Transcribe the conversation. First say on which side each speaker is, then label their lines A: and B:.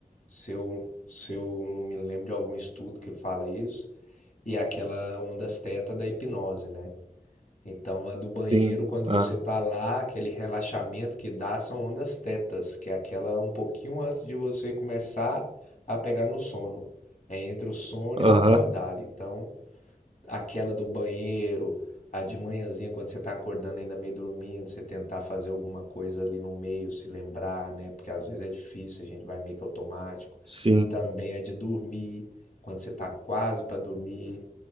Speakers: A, on the left; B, on the right.
A: se eu, se eu não me lembro de algum estudo que fala isso, e é aquela ondas teta da hipnose, né? Então, a do banheiro,
B: Sim.
A: quando
B: Ah,
A: você tá lá, aquele relaxamento que dá são ondas tetas, que é aquela um pouquinho antes de você começar a pegar no sono. É entre o sono
B: aham,
A: e o acordado. Então, aquela do banheiro, a de manhãzinha, quando você tá acordando ainda meio dormindo, você tentar fazer alguma coisa ali no meio, se lembrar, né? Porque às vezes é difícil, a gente vai meio que automático.
B: sim.
A: Também a de dormir, quando você tá quase para dormir.